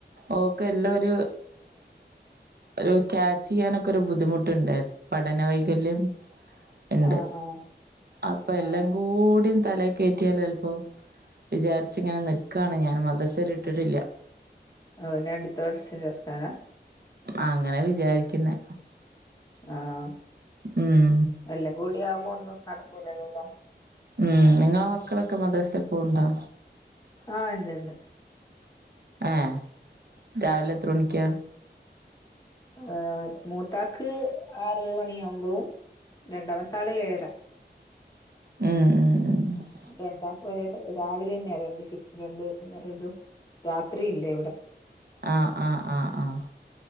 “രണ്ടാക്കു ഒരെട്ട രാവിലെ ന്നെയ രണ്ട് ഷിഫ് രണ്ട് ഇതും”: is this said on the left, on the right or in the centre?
Left